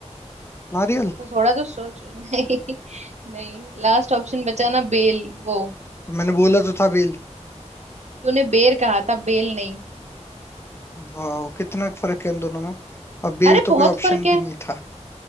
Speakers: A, on the left; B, on the right.
A: नारियल
B: तो थोड़ा तो सोच <laughs> नहीं नहीं लास्ट ऑप्शन बचा ना बेल वो
A: तो मैंने बोला तो था बेल
B: तूने बेर कहा था बेल नहीं
A: वाह कितना फर्क है इन दोनों में अब बेर
B: अरे
A: तो
B: बहुत
A: कोई ऑप्शन
B: फर्क है
A: भी नहीं था